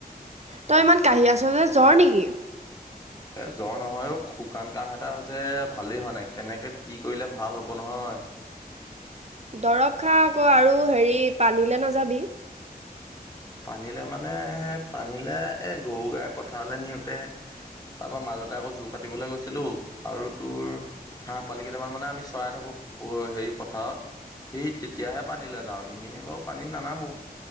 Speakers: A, on the right; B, on the left.
A: তই ইমান কাঁহি আছ যে জ্বৰ নিকি?
B: এ জ্বৰ নহয় অ', শুকান কাহ এটা হৈছে ভালেই হোৱা নাই কেনেকে কি কৰিলে ভাল হ'ব নহয়।
A: দৰব খা আক, আৰু হেৰি পানীলে নাযাবি।
B: পানীলে মানে পানীলে এই গৰু গাই পথাৰলে নিওঁতে। তাপা মাজতে আক জোৰ কাটিবলে গৈছিলো, আৰু তোৰ হাঁহ পোৱালি কেইটামান মানে আমি চৰাই থাকো, হেৰি পথাৰত। সেই তেতিয়াহে পানীলে যাওঁ, এনেই বাৰু পানীত নানামো।